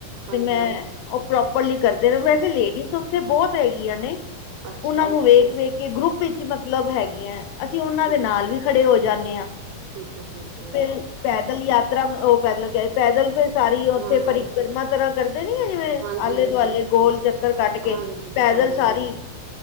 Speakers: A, on the right (about 80°); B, on the left (about 85°).
A: ਹਾਂਜੀ-ਹਾਂਜੀ
B: ਤੇ ਮੈਂ ਉਹ ਪ੍ਰੋਪਰਲੀ ਕਰਦੇ ਨੇ, ਵੈਸੇ ਲੇਡੀਜ਼ ਉੱਥੇ ਬਹੁਤ ਹੈਗੀਆਂ ਨੇ ਉਹਨਾਂ
A: ਅੱਛਾ ਜੀ
B: ਨੂੰ, ਵੇਖ- ਵੇਖ ਕੇ ਗਰੁੱਪ ਵਿੱਚ ਮਤਲਬ ਹੈਗੀੀਆਂ, ਅਸੀਂ ਉਹਨਾਂ
A: ਠੀਕ
B: ਦੇ ਨਾਲ ਵੀ ਖੜੇ ਹੋ ਜਾਂਦੇ ਹਾਂ,
A: ਠੀਕ ਹੈ ਠੀਕ ਹੈ,
B: ਫਿਰ ਪੈਦਲ ਯਾਤਰਾ ਉਹ ਪੈਦਲ, ਕ ਪੈਦਲ ਫਿਰ ਸਾਰੀ ਉੱਥੇ
A: ਹਾਂ-ਹਾਂ
B: ਪਰਿਕਰਮਾ ਕਰਾ ਕਰਦੇ ਨੀ ਆ ਜਿਵੇਂ
A: ਹਾਂਜੀ-ਹਾਂਜੀ,
B: ਆਲੇ ਦੁਆਲੇ ਗੋਲ ਚੱਕਰ ਕੱਟ ਕੇ
A: ਹਾਂਜੀ-ਹਾਂਜੀ
B: ਪੈਦਲ ਸਾਰੀ।